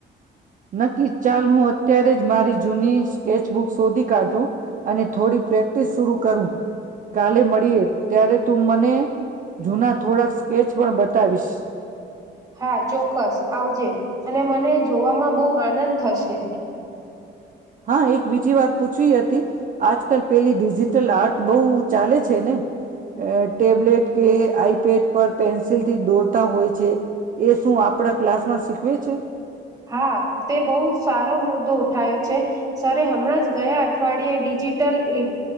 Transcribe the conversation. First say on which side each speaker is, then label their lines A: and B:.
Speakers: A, on the right; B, on the right.
A: નક્કી ચાલ હું અત્યારે જ મારી જૂની સ્કેચબુક શોધી કાઢું અને થોડી પ્રેક્ટિસ શુરૂ કરું. કાલે મળીએ ત્યારે તું મને જૂના થોડાક સ્કેચ પણ બતાવીશ.
B: હા ચોક્કસ આવજે અને મને જોવામાં બહુ આનંદ થશે.
A: હા એક બીજી વાત પૂછવી હતી. આજ કલ પહેલી ડિજિટલ આર્ટ બહુ ચાલે છે ને, એ ટેબ્લેટ કે આઈપેડ પર પેન્સિલ થી દોરતા હોય. છે. એ શું આપણા ક્લાસ માં સીખવે છે?
B: હા, તે બહુ સારો મુદ્દો ઉઠાયો છે. સરે હમણાં જ ગયા અઠવાડિયે ડિજિટલ ઈ